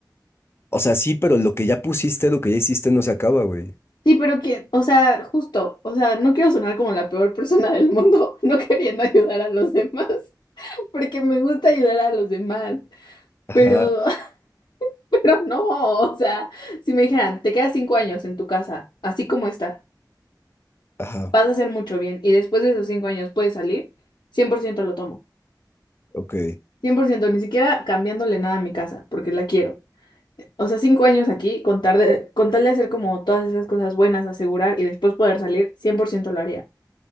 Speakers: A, on the left (about 35°); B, on the left (about 85°).
A: O sea, sí, pero lo que ya pusiste, lo que ya hiciste no se acaba, güey.
B: Sí, pero que, o sea, justo, o sea, no quiero sonar como la peor persona del mundo, <laughs> no queriendo ayudar a los demás, <laughs> porque me gusta ayudar a los demás,
A: Ajá,
B: pero, <laughs> pero no, o sea, si me dijeran, te quedas cinco años en tu casa, así como está,
A: ajá,
B: vas a hacer mucho bien, y después de esos cinco años puedes salir, 100% lo tomo.
A: ok.
B: cien por ciento ni siquiera cambiándole nada a mi casa, porque la quiero. O sea, cinco años aquí, con, tar de- con tal de hacer como todas esas cosas buenas, asegurar y después poder salir, 100% lo haría.